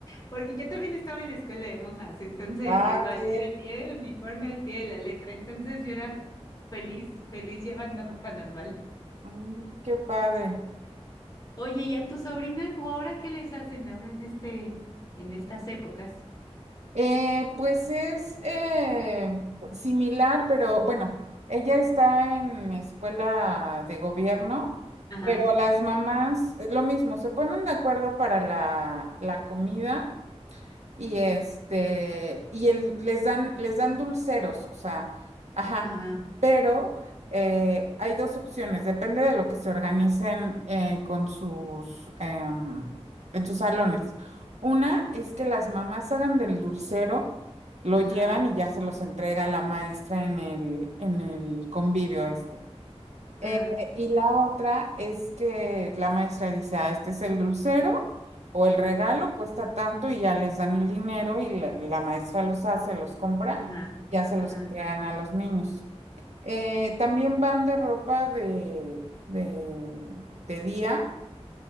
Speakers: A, on the left; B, on the right.
A: porque yo también estaba en escuela de monjas, entonces
B: Ah,
A: igual
B: qué,
A: era, era el uniforme al pie de la letra, entonces yo era feliz, feliz llevando ropa normal.
B: Mm, qué padre.
A: Oye, ¿y a tu sobrina? ¿O ahora qué les hacen ahora en este, en estas épocas?
B: Eh, pues es eh, pues, similar, pero bueno, ella está en escuela de gobierno,
A: Ajá,
B: pero las mamás, eh, lo mismo, se ponen de acuerdo para la, la comida y este, y el- les dan, les dan dulceros, o sea, ajá,
A: ajá,
B: pero eh, hay dos opciones, depende de lo que se organicen eh, con sus, em, en sus salones. Una es que las mamás hagan del dulcero, lo
A: ajá,
B: llevan y ya se los entrega la maestra en el, en el convivio este.
A: ajá,
B: Eh, y la otra es que la maestra dice, ah, este es el dulcero o el regalo, cuesta tanto y ya les dan el dinero y la, la maestra los hace, los compra,
A: ajá,
B: ya se
A: ajá,
B: los entregan a los niños. Eh, también van de ropa de, de, de día,